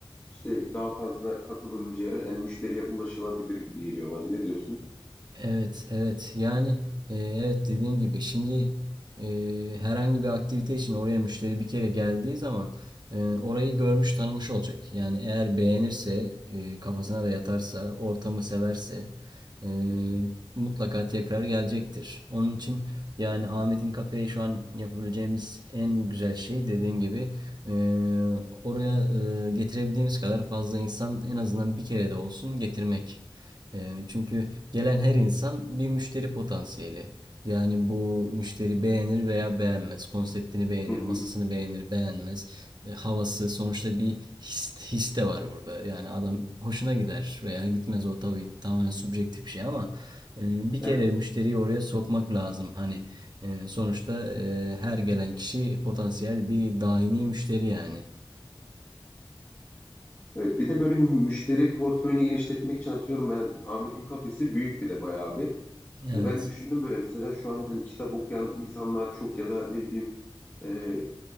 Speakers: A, on the left; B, on the right.
A: işte daha fazla katılımcıya yani müşteriye ulaşılabilir gibi geliyor bana. Ne diyorsun?
B: Evet, evet. Yani e, evet dediğin gibi şimdi e, herhangi bir aktivite için oraya müşteri bir kere geldiği zaman e, orayı görmüş tanımış olacak. Yani eğer beğenirse, e, kafasına da yatarsa, ortamı severse e, mutlaka tekrar gelecektir. Onun için yani Ahmet'in kafeye şu an yapabileceğimiz en güzel şey dediğin gibi e, oraya e, getirebildiğimiz kadar fazla insan en azından bir kere de olsun getirmek. E, çünkü Gelen her insan bir müşteri potansiyeli. Yani bu müşteri beğenir veya beğenmez. Konseptini beğenir,
A: Hı hı.
B: masasını beğenir, beğenmez. E, havası sonuçta bir his, his de var burada. Yani adam hoşuna gider veya gitmez o tabii tamamen subjektif bir şey ama e, bir
A: Evet.
B: kere müşteriyi oraya sokmak lazım. Hani e, sonuçta e, her gelen kişi potansiyel bir daimi müşteri yani.
A: Evet. Bir de böyle müşteri portföyünü genişletmek için atıyorum ben Ahmet'in kafesi büyük bir de bayağı bir.
B: Evet.
A: Yani ben düşündüm böyle mesela şu an hani kitap okuyan insanlar çok ya da ne bileyim e,